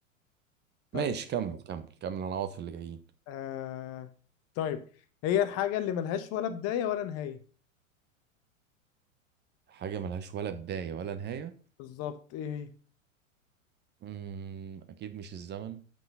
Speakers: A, on the left; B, on the right.
A: طيب
B: ماشي كمل كمل كمل هنقعد في اللي جايين
A: آه... طيب هي الحاجة اللي ملهاش ولا بداية ولا نهاية
B: حاجه ملهاش ولا بدايه ولا نهايه
A: بالظبط ايه
B: امم اكيد مش الزمن